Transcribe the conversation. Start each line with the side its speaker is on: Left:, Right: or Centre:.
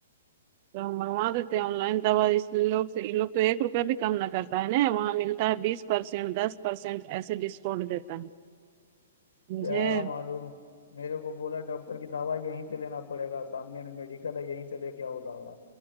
Right: تو منگوا دیتے ہیں آن لائن دوا اس لوگ سے یہ لوگ تو ایک روپیہ بھی کم نہ کرتا ہے نا وہاں ملتا ہے بیس پرسینٹ دس پرسینٹ ایسے ڈسکاؤنٹ دیتا ہے مجھے
Left: کیا معلوم میرے کو بولا ڈاکٹر کی دا یہیں سے لینا پڑے گا سامنے میں میڈیکل ہے یہیں سے لے کےؤ دوا